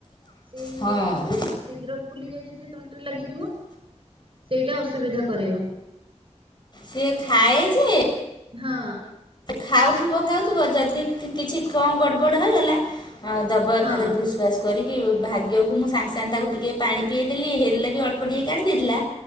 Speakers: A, on the right; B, on the left.
A: ସେ
B: ହଁ
A: ଶୀଘ୍ର ଫୁଲି ଯାଏ ଯଦି ସେ ତଣ୍ଟିରେ ଲାଗିଯିବ ସେଇଟା ଅସୁବିଧା କରେଇବ।
B: ସିଏ ଖାଏ ଯେ
A: ହଁ
B: ଖାଉଥିବ ଖାଉଥିବ ଯଦି କିଛି କଣ ଗଡ଼ବଡ଼ ହେଇଗଲା ଆଁ ଦ ବ
A: ହଁ
B: ଭୁସ ଭାସ କରିକି ଭାଗ୍ୟକୁ ମୁଁ ସାଙ୍ଗେ ସାଙ୍ଗେ ତାକୁ ଟିକେ ପାଣି ପିଏଇ ଦେଲି ହେଲେ ବି ଅଳ୍ପ ଟିକେ କାଢ଼ିଦେଇଥିଲା।